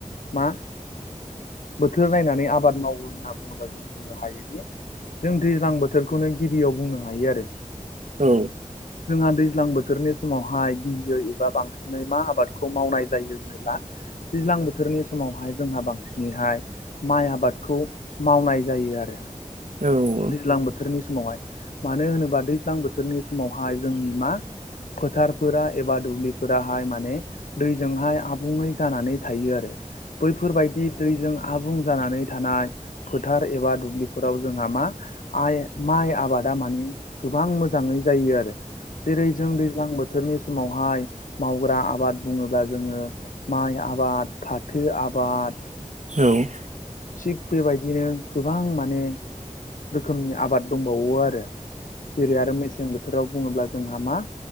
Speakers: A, on the left; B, on the right.
A: मा बोथोर नायनानै आबाद मावो होननानै बुङोब्ला जों बुंनो हायोदि जों दैज्लां बोथोरखौनो गिबियाव बुंनो हायो आरो
B: औ।
A: जोंहा दैज्लां बोथोरनि समावहाय गिबियै एबा बांसिनै। बांसिनै मा आबादखौ मावनाय जायो होनोब्ला दैज्लां बोथोरनि समावहाय जोंहा बांसिन दिनैहाय माइ आबादखौ मावनाय जायो आरो।
B: औ औ
A: दैज्लां बोथोरनि समावहाय मानो होनोबा दैज्लां बोथोरनि समावहाय जोंनि मा फोथारफोरा एबा दुब्लिफोराहाय माने दैजोंहाय आबुङै जानानै थायो आरो बैफोरबादि दैजों आबुं जानानै थानाय फोथार एबा दुब्लि बेफोराव जोंहा मा? माइ आबादा माने गोबां मोजाङै जायो आरो जेरै जों दै दैज्लां बोथोरनि समावहाय मावग्रा आबाद बुङोब्ला जोङो माइ आबाद फाथो आबाद
B: औ
A: थिग बेबायदिनो गोबां माने रोखोमनि आबाद दंबावो आरो। जेरै आरो मेसें बोथोराव बुङोब्ला जोंहा मा